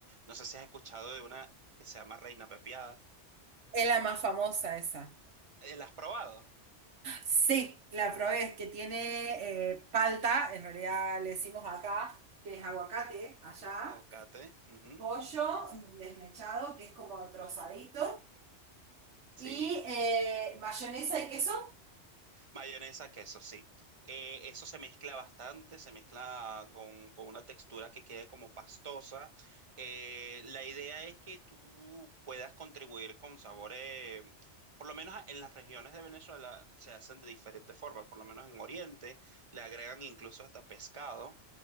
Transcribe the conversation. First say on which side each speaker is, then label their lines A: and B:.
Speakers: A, on the right (about 25°); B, on the right (about 75°).
A: no sé si has escuchado de una que se llama reina pepiada.
B: Es la más famosa esa.
A: Eh, ¿La has probado?
B: Sí, la probé, es que tiene eh, palta, en realidad le decimos acá, que es aguacate, allá,
A: Aguacate. ujú,
B: pollo desmechado, que es como trozadito,
A: Sí.
B: y eh, mayonesa y queso.
A: Mayonesa, queso, sí. Eh, eso se mezcla bastante, se mezcla con, con una textura que quede como pastosa. Eh, la idea es que tú puedas contribuir con sabores, por lo menos a- en las regiones de Venezuela se hacen de diferentes formas, por lo menos en Oriente le agregan incluso hasta pescado,